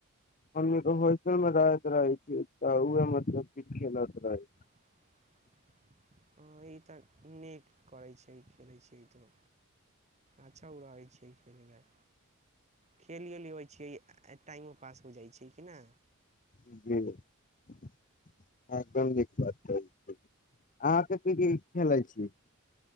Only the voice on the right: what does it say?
<inaudible> हँ ई त नीक करै छिअइ खेलै छिअइ त, अच्छा ऊ रहय छै खेलइ मे। खेलिओ लेबै छियै आ टाइमो पास हो जाइ छै कि ना